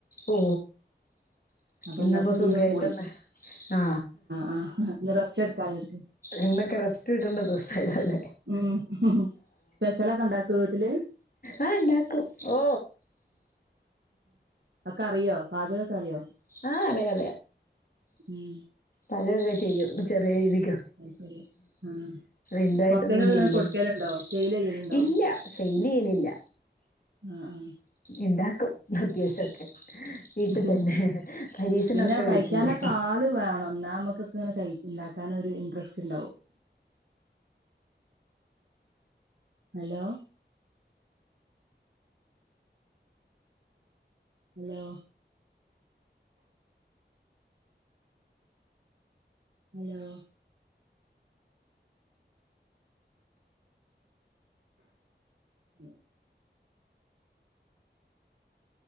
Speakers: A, on the left (about 50°); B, on the right (about 70°).
A: ഓ
B: അപ്പൊ
A: ഇന്നപ്പോ
B: ഇന്നത്തെ
A: സുഖായിട്ടൊന്ന്
B: ലീവ് പോയി
A: ആ
B: ആ ഇന്ന് റെസ്റ്റ് എടുക്കാ അവർക്ക്
A: ഇന്നൊക്കെ റെസ്റ്റ്ട്ടേണ്ട ദിവസല്ലല്ലേ
B: ഉം സ്പെഷ്യലൊക്കെണ്ടാക്കൊ വീട്ടില്
A: ആഹ ഉണ്ടാക്കൂ ഓ
B: ആ കറിയോ പാചക കറിയോ
A: ആഹ് അറിയാം
B: ഉം
A: പതൊക്കെ ചെയ്യും ചെറിയ രീതി
B: അത് ശരി ആ
A: എന്തായിട്ടൊന്നും
B: പുറത്തേക്കൊക്കെ
A: ചെയല്ലല്ല
B: ഇങ്ങനെ കൊടുക്കലുണ്ടോ സെയിൽ ചെയ്യലുണ്ടോ
A: നില്ല
B: ആഹ ആഹ
A: ഉണ്ടാക്കും അത്യാവശ്യൊക്കെ വീട്ടിൽ
B: ഉം
A: തന്നെ പരീക്ഷണൊക്കെ
B: പിന്നെ കഴിക്കാനൊക്കെ
A: വീട്ടില്
B: ആള് വേണം എന്നാ നമമ്മക്കക്കെ ഉണ്ടാക്കാന ഒരു ഇൻറസ്റ്റ് ഉണ്ടാവോ ഹലോ ഹലോ ഹലോ ഉം